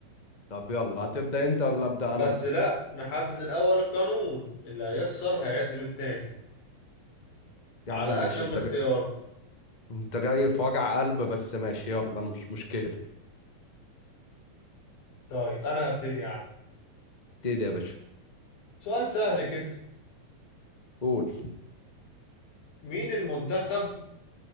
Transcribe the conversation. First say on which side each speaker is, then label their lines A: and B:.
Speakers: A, on the left; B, on the left.
A: طب يلا هتبدأ انت ولا ابدأ
B: بس
A: انا
B: لا نحدد الاول قانون اللي هيخسر هيعزم التاني
A: يا
B: على
A: عم ماشي
B: أكلة من
A: انت
B: اختيار
A: جا... انت جاي في وجع قلب بس ماشي يلا أنا مش مشكلة
B: طيب أنا هبتدي يا عم
A: ابتدي يا باشا
B: سؤال سهل كده
A: قول
B: مين المنتخب